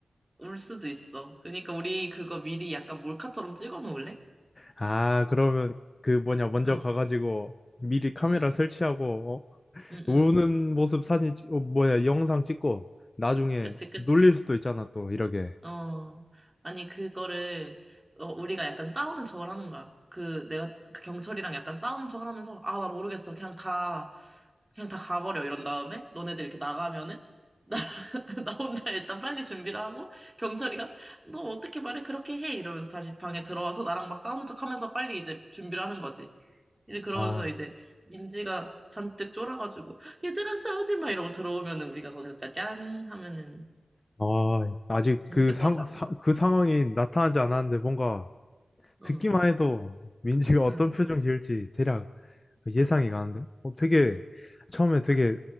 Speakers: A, on the right; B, on the left.
A: 울 수도 있어. 그러니까 우리 그거 미리 약간 몰카처럼 찍어 놓을래?
B: 아, 그러면 그 뭐냐, 먼저
A: 어,
B: 가가지고 미리 카메라
A: 응,
B: 설치하고, 어?
A: 응, 응.
B: 음. 우는 모습 사진, 찍- 어, 뭐야, 영상 찍고, 나중에
A: 그치, 그치.
B: 놀릴 수도 있잖아, 또, 이렇게.
A: 어, 아니, 그거를, 어, 우리가 약간 싸우는 척을 하는 거야. 그, 내가, 그 경찰이랑 약간 싸우는 척을 하면서, 아, 나 모르겠어. 그냥 다, 그냥 다 가버려. 이런 다음에, 너네들 이렇게 나가면은, <laughs> 나, 나 혼자 일단 빨리 준비를 하고, 경찰이가, 너 어떻게 말을 그렇게 해? 이러면서 다시 방에 들어와서 나랑 막 싸우는 척 하면서 빨리 이제 준비를 하는 거지. 이제 그러면서
B: 아,
A: 이제 민지가 잔뜩 쫄아가지고, 얘들아 싸우지 마! 이러고 들어오면은 우리가 거기서 짜잔! 하면은,
B: 아, 아직
A: 재밌을
B: 그 상,
A: 것 같지 않아?
B: 사- 그 상황이 나타나지 않았는데, 뭔가
A: 응.
B: 듣기만 해도 민지가 어떤
A: 응.
B: 표정 지을지 대략 예상이 가는데? 어, 되게, 처음에 되게